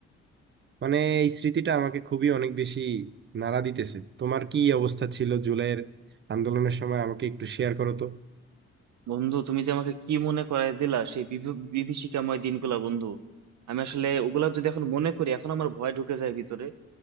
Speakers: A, on the right; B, on the right.
A: মানে এই স্মৃতিটা আমাকে খুবই অনেক বেশি নাড়া দিতেছে তোমার কি অবস্থা ছিল জুলাইয়ের আন্দোলনের সময় আমাকে একটু শেয়ার করো তো
B: বন্ধু তুমি যে আমাকে কি মনে করায় দিলা সেই বিভী- বিভীষিকাময় দিনগুলা বন্ধু আমি আসলে ওগুলা যদি এখন মনে করি এখন আমার ভয় ঢুকে যায় ভিতরে